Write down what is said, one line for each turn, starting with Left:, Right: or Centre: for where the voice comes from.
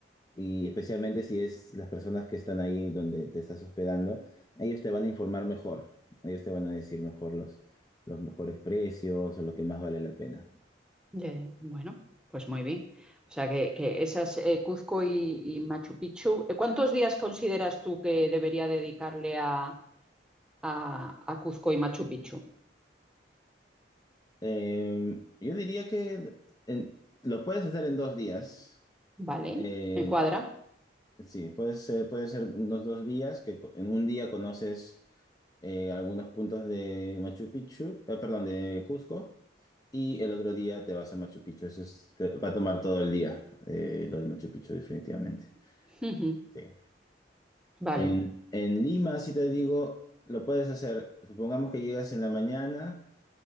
Left: y especialmente si es las personas que están ahí donde te estás hospedando, ellos te van a informar mejor. Ellos te van a decir mejor los, los mejores precios o lo que más vale la pena.
Centre: Ya, ya. Bueno, pues muy bien. O sea que, que esas eh, Cuzco y, y Machu Picchu, ¿eh, ¿cuántos días consideras tú que debería dedicarle a, a- a Cuzco y Machu Picchu?
Left: Eh, yo diría que en- lo puedes hacer en dos días.
Centre: Vale,
Left: Eh,
Centre: me cuadra.
Left: Sí, puede ser, puede ser unos dos días, que co- en un día conoces eh, algunos puntos de Machu Picchu, eh, perdón, de Cusco, y el otro día te vas a Machu Picchu. Eso es- te- va a tomar todo el día, eh, lo de Machu Picchu, definitivamente.
Centre: <laughs> Ujú.
Left: Sí.
Centre: Vale.
Left: En, en Lima, si te digo, lo puedes hacer. Supongamos que llegas en la mañana,